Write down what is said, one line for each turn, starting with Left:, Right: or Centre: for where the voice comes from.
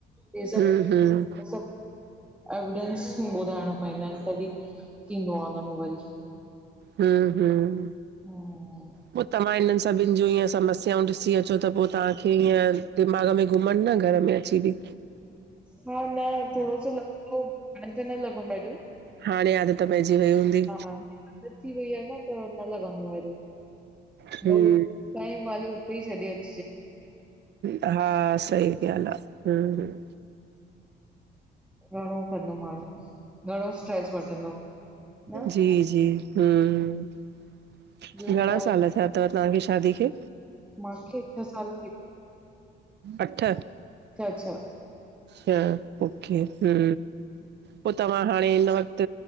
Centre: हे सभ
Right: हम्म हम्म
Centre: सभ एविडेंस ॿुधाइणा पवंदा आहिन, तॾी थींदो आ हुनमें वरी।
Right: हम हम
Centre: हम्म
Right: पो त मां हिनन सभिन जूं ईअं समस्याऊं ॾिसी अचो त पो तव्हांखे ईअं दिमाग़ में घुमन न घर में अची बी।
Centre: हा न थोड़ो लॻंदो हो हाणे त न लॻंदो आ हेडो।
Right: हाणे आदत पैजी वई हूंदी।
Centre: आदत थी वई आ न त न लॻंदो आ हेॾो,
Right: हम्म
Centre: हुतां जी ॻाल्हियूं उते ई छॾे अच।
Right: हा, सही ॻाल्ह आ हम ह
Centre: घणो कंदो माण्हू, घणो स्ट्रेस वठंदो। न
Right: जी-जी, हूं
Centre: ॿियो
Right: घणा
Centre: ॿुधायो
Right: साल थिया तव तव्हांजी शादी खे?
Centre: मूंखे छह साल
Right: अठ
Centre: अच्छा-अच्छा
Right: हा, ओके हूं पो तव्हां हाणे हिन वक़्त